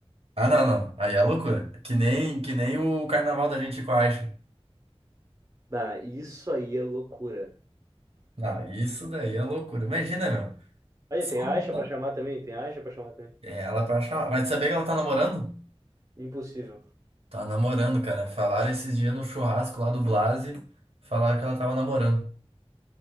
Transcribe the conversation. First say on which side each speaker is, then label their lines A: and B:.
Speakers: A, on the right; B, on the right.
A: Ah, não, não. Aí é loucura. Que nem, que nem o carnaval da gente com a Aixa.
B: Ah, isso aí é loucura.
A: Não, isso daí é loucura. Imagina, meu.
B: Aí
A: Só
B: tem Aisha
A: no-
B: pra chamar também, tem Aisha pra chamar também.
A: É, ela pra chamar. Mas sabia que ela tá namorando?
B: Impossível.
A: Tá namorando, cara. Falaram esses dias no churrasco lá do Blase. Falaram que ela tava namorando.